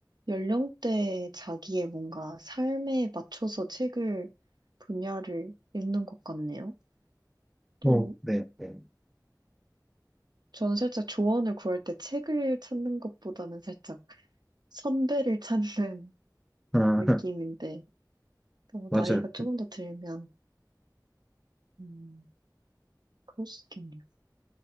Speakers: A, on the right; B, in the centre.
A: 연령대 자기의 뭔가 삶에 맞춰서 책을 분야를 읽는 것 같네요. 또,
B: 어, 네, 네.
A: 저는 살짝 조언을 구할 때 책을 찾는 것보다는 살짝 선배를 찾는 <laughs>
B: 아,
A: 느낌인데,
B: <laughs>
A: 또
B: 맞아요.
A: 나이가
B: 그,
A: 조금 더 들면, 음, 그럴 수 있겠네요.